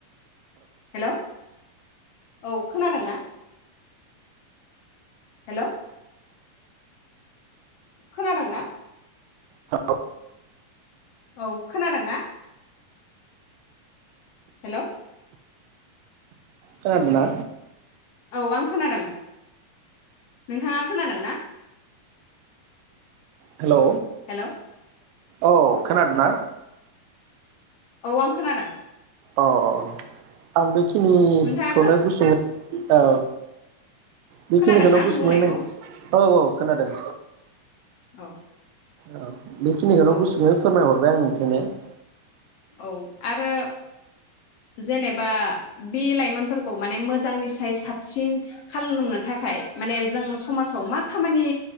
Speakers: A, on the left; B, on the right.
A: हेलौ औ खोनादोंना? हेल। खोनादोंना?
B: औ।
A: औ खोनादोंना? हेल।
B: खोनादोना?
A: औ आं खोनादों ।नोंथाङा खोनादों ना?
B: हेलौ
A: हेल'
B: औ खोनादोंना?
A: औ आं खोनादों।
B: अ अ आंबो। खिनिखौनो
A: नोंथाङा खोना
B: गुसुङै औ बेखिनिखौल
A: खोनादोंना आं
B: बुसुङै
A: बुंनायखौ
B: नो औ औ खोनादों
A: औ
B: औ बेखिनिखौनो
A: औ
B: गुसुङै फोरमायहरबाय आं नो <unintelligible>
A: औ आरो जेनेबा बे लाइमोनफोरखौ माने मोजांनिसाय साबसिन खालामनो थाखाय माने जों समाजाव मा खामानि